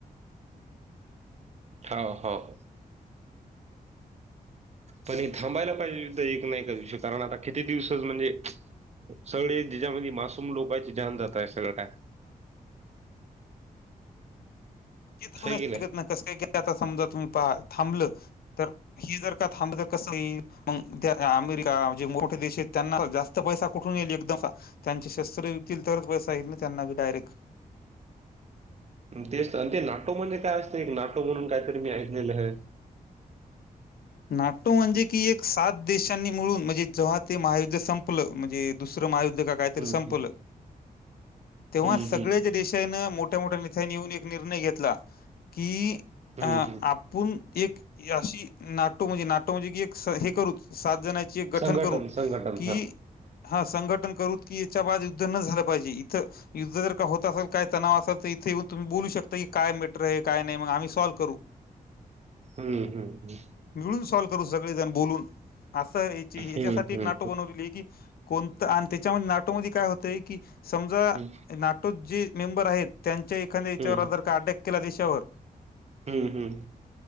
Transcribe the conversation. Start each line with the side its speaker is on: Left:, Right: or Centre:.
Right: हाव हाव.
Left: <inaudible>
Right: पण हे थांबायला पाहिजे सुद्धा एक नाही का कारण आता किती दिवसच म्हणजे सगळे ज्याच्यामध्ये मासूम लोकांची जान जात आहे सगळं काय?
Left: हे थांबू
Right: हाय
Left: नाही
Right: की
Left: शकत कसं काही का आता समजा तुम्ही पा थांबलं. तर ही जर का थांबल तर कसं मग त्या अमेरिका म्हणजे मोठे देश आहेत त्यांना जास्त पैसा कुठून येईल एकदम त्यांचे शस्त्र विकतील तरच बस आहेत नाही त्यांना डायरेक्ट
Right: तेच ते नाटो म्हणजे काय असतें एक नाटो म्हणून कायतरी मी ऐकलेलं आहे
Left: नाटो म्हणजे की एक सात देशांनी मिळून म्हणजे जेव्हा ते महायुद्ध संपलं म्हणजे दुसरं महायुद्ध का कायतर
Right: हम्म
Left: संपल
Right: हम्म
Left: तेव्हा
Right: हम्म
Left: सगळया
Right: हम्म
Left: देशान मोठ्या मोठ्या <unintelligible> येऊन एक निर्णय घेतला की
Right: हम्म
Left: अ
Right: हम्म.
Left: आप पण एक अशी नाटो म्हणजे नाटो म्हणजे की एक अस हे करू सात जण हायत एक गठन
Right: संघटन
Left: करू
Right: संघटन
Left: की,
Right: हा
Left: हा संघटन करू की की याच्या बाद युद्ध न झालं पाहिजे इथं युद्ध जर का होत असेल काय तणाव असेल तर इथे येऊन तुम्ही बोलू शकता की काय मॅटर आहे नाही आम्ही सॉल्व करू
Right: हम्म हम्म हम्म
Left: मिळून सॉल्व करू सगळेजण बोलून असं याची याच्यासाठी
Right: हम्म हम्म
Left: एक नाटो बनवलेली आहे की, कोणतं आणि त्याच्यामध्ये नाटोमध्ये काय होतय की समजा
Right: हम्म
Left: नाटो जे मेंबर आहेत त्यांच्या एखाद्या याच्यावर
Right: हम्म
Left: जर का अटॅक केला देशावर,
Right: हम्म हम्म